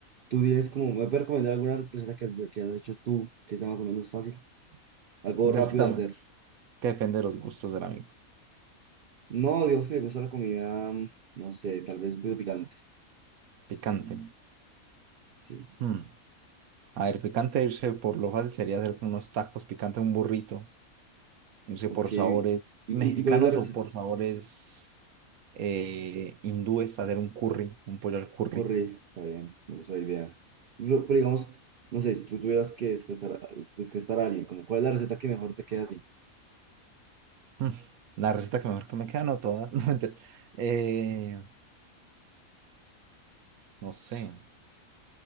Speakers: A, on the right (about 65°); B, on the right (about 85°).
A: tú tienes como, ¿me puedes recomendar alguna receta que has, que has hecho tú que sea más o menos fácil? Algo rápido
B: Es que también,
A: de hacer.
B: es que depende de los gustos del amigo.
A: No, Dios que le gusta la comida, mm, no sé, tal vez un poquito picante.
B: Picante.
A: Sí,
B: Mm. A ver, picante irse por lo fácil sería hacer con unos tacos, picante un burrito, irse
A: ok.
B: por sabores
A: ¿Y, y-
B: mexicanos
A: y cuál es la receta?
B: o por sabores eh, hindúes, hacer un curry, un pollo al curry.
A: Corre, está bien, me gusta la idea. Pero, pero digamos, no sé, si tú tuvieras que descartar, descartar a alguien, como, ¿cuál es la receta que mejor te queda a ti?
B: Mm. La receta que mejor que me queda, no todas, <laughs> no mentira. Eh, no sé.